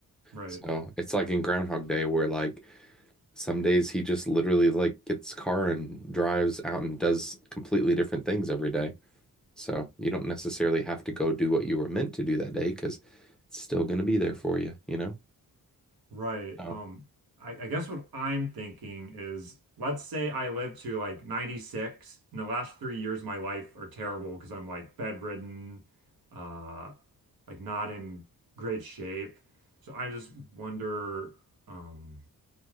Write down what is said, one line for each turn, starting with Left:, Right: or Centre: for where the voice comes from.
Right: Right,
Centre: So it's like in Groundhog Day where like some days he just literally like gets a car and drives out and does completely different things every day. So you don't necessarily have to go do what you were meant to do that day because it's still going to be there for you, you know?
Right: right.
Centre: Oh,
Right: Um, I, I guess what I'm thinking is, let's say I live to like 96, and the last three years of my life are terrible because I'm like bedridden. Uh, like not in great shape. So I just wonder um,